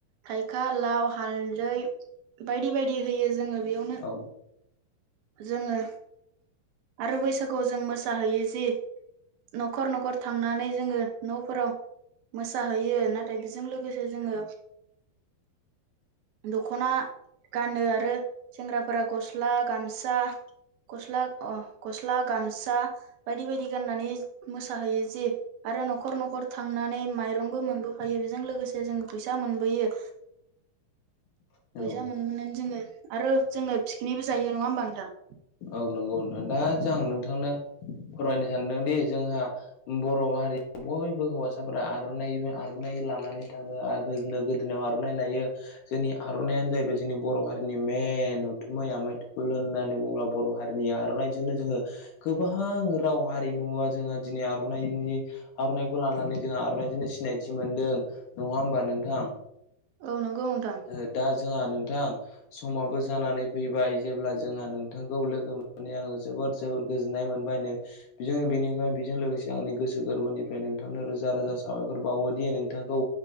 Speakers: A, on the right; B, on the left.
A: थाइखा लाव हालदै बायदि बायदि होयो जोङो बेयावनो
B: औ
A: जोङो आरो बैसागुआव जों मोसाहैयो जि न'खर न'खर थांनानै जोङो न'फोराव मोसाहैयो नाथाय बेजों लोगोसे जोङो दख'ना गानो आरो सेंग्राफोरा गस्ला गामसा गस्ला अ गस्ला गामसा बायदि बायदि गाननानै मोसाहैयो जि आरो न'खर न'खर थांनानै माइरंबो मोनबो हायो बेजों लोगोसे जोङो फैसा मोनबोयो
B: <inaudible> औ
A: बैजा मोन मोनोना जोङो आरो जोङो पिकनिकबो जायो नङा होमबा नोंथां
B: औ नंगौ नोंथां दा जोंं नोंथांनो फोरमायनो सानदोंदि जोंहा बर' हारि बयबो हौवासाफोरा आर'नाइ आर'नाइ लानानै थाङो आरो गो-गोदोनायाव आर'नाइ लायो जोंनि आर'नायानो जाहैबाय जोंनि बर' हारिनि मेन <unintelligible> लोंननानै बुंब्ला। बर' हारिनि आर'नाइजोंनो जोङो गोबां राव हारिमुवा जोंहा दिनै आर'नाइनि आर'नाइखौ लानानै जोंहा आर'नाइजोंनो सिनायथि मोनदों नङा होमबा नोंथां
A: औ नंगौ नोंथां
B: ओ दा जोंहा नोंथां समाबो जानानै फैबाय जेब्ला जोंहा बिथांखौ लोगो मोननानै आङो जोबोर जोबोर गोजोननाय मोनबाय बेनिखायनो बेजों लोगोसे आंनि गोसो गोरबोनिफ्राय नोंथांनो रोजा रोजा साबायखर बावोदि नोंथांखौ